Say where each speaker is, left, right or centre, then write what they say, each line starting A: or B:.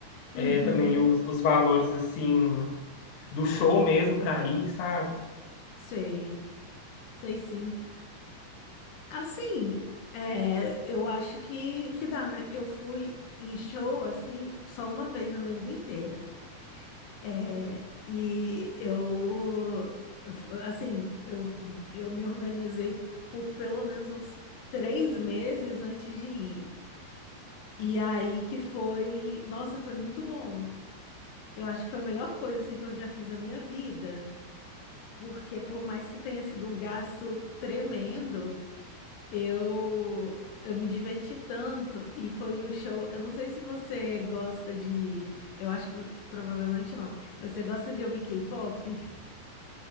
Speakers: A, on the left; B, on the left.
A: É,
B: Uhum,
A: também os, os valores, assim, do show mesmo pra ir, sabe?
B: sei, sei sim. Assim, é, eu acho que, que dá, né? Eu fui em show, assim, só uma vez na minha vida inteira. É, e eu, assim, eu, eu me organizei por pelo menos uns três meses antes de ir. E aí que foi, nossa, foi muito bom. Eu acho que foi a melhor coisa, assim, que eu já fiz na minha vida. Porque por mais que tenha sido um gasto tremendo, Eu, eu me diverti tanto e foi o show. Eu não sei se você gosta de. Eu acho que, que provavelmente não. Mas você gosta de ouvir K-pop? <laughs>